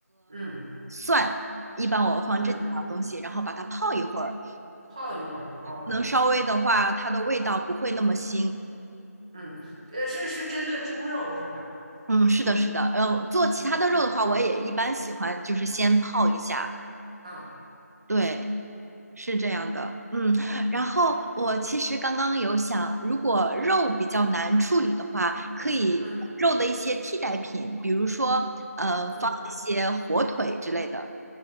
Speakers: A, on the right (about 20°); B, on the right (about 70°).
A: 嗯
B: 蒜，一般我放这几样东西，
A: 嗯，
B: 然后把它泡一会儿。
A: 泡一会儿哦，
B: 能稍微的话，它的味道不会那么腥。
A: 嗯，呃，是是针对猪肉是吧？
B: 嗯，是的，是的，嗯，做其他的肉的话，我也一般喜欢就是先泡一下，
A: 啊，
B: 对，是这样的，嗯，然后我其实刚刚有想，如果肉比较难处理的话，可以肉的一些替代品，
A: 嗯
B: 比如说呃放一些火腿之类的，
A: 嗯，